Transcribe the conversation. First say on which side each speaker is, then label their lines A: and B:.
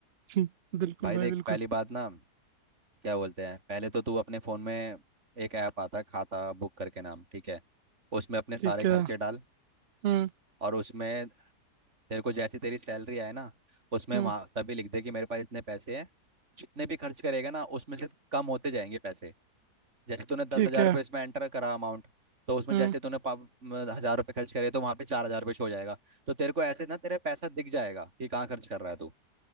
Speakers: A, on the right; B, on the right.
A: हम्म, बिल्कुल
B: भाई
A: भाई
B: देख
A: बिल्कुल
B: पहली बात ना क्या बोलते हैं पहले तो तू अपने फ़ोन में एक ऐप आता है खाता बुक करके नाम ठीक है उसमें अपने
A: ठीक
B: सारे खर्चे
A: है
B: डाल
A: हम्म
B: और उसमें तेरे को जैसी तेरी सैलरी आए ना उसमें
A: हम्म
B: वहाँ तभी लिख दे कि मेरे पास इतने पैसे हैं जितने भी खर्च करेगा ना उसमें से कम होते जाएंगे पैसे जैसे तूने दस
A: ठीक
B: हज़ार
A: है
B: रुपये इसमें एंटर करा अमाउंट तो उसमें
A: हम्म
B: जैसे तूने पा- म, हज़ार रुपये खर्च करे तो वहाँ पे चार हज़ार रुपये शो हो जाएगा तो तेरे को ऐसे ना तेरा पैसा दिख जाएगा कि कहाँ खर्च कर रहा है तू